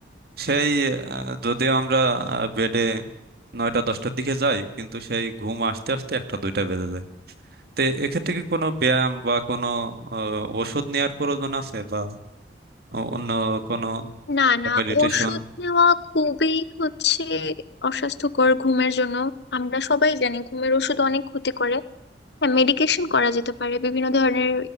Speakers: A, on the right; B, on the left.
A: সেই আহ, যদিও আমরা বেডে নয়টা দশটার দিকে যাই কিন্তু সেই ঘুম আসতে আসতে একটা দুইটা বেজে যায় তো এক্ষেত্রে কি কোনো ব্যায়াম বা কোনো আহ, ওষুধ নেওয়ার প্রয়োজন আছে বা অন্য কোনো
B: না না
A: মেডিটেশন
B: ওষুধ নেওয়া খুবই হচ্ছে অস্বাস্থ্যকর ঘুমের জন্য আমরা সবাই জানি ঘুমের ওষুধ অনেক ক্ষতি করে হ্যাঁ মেডিকেশন করা যেতে পারে বিভিন্ন ধরনের